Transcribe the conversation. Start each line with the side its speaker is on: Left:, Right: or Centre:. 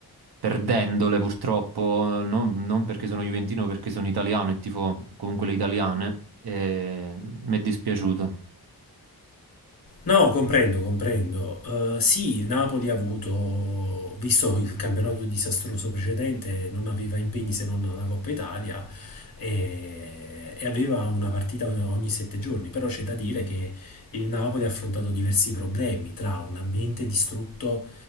Right: perdendole purtroppo, non, non perché sono juventino, perché sono italiano e tifo comunque le italiane, e mi è dispiaciuto.
Left: No, comprendo, comprendo. Eh, sì, il Napoli ha avuto, visto il campionato disastroso precedente, non aveva impegni se non la Coppa Italia e, e aveva una partita ogni, ogni sette giorni, però c'è da dire che il Napoli ha affrontato diversi problemi tra un ambiente distrutto